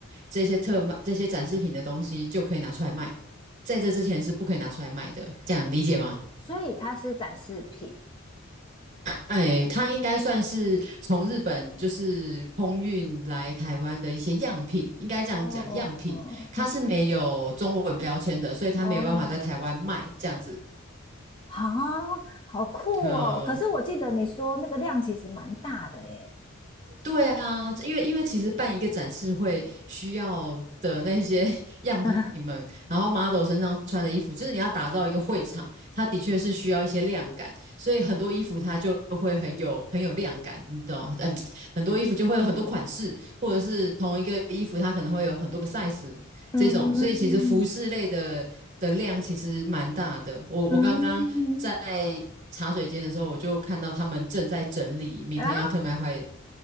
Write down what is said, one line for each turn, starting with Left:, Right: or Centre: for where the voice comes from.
Right: 这些特卖这些展示品的东西就可以拿出来卖，在这之前是不可以拿出来卖的，这样理解吗？
Left: 所以它是展示品。
Right: 哎，它应该算是从日本就是空运来台湾的一些样品，应该这样讲，
Left: 哦，
Right: 样品它是没有中文标签的，
Left: 哦
Right: 所以它没有办法在台湾卖这样子。
Left: 哦，啊，好酷哦！
Right: 嗯
Left: 可是我记得你说那个量其实蛮大的耶。
Right: 对啊，因为因为其实办一个展示会需要的那些 <laughs> 样品们，
Left: <laughs>
Right: 然后 model 身上穿的衣服，就是你要打造一个会场，它的确是需要一些亮感，所以很多衣服它就会很有很有亮感，你懂吗？嗯，很多衣服就会有很多款式，或者是同一个衣服它可能会有很多个 size 这种，
Left: 嗯
Right: 所以其实服饰类的的量其实蛮大的。我我刚刚在茶水间的时候，
Left: 嗯
Right: 我就看到他们正在整理明天要特卖会
Left: 啊，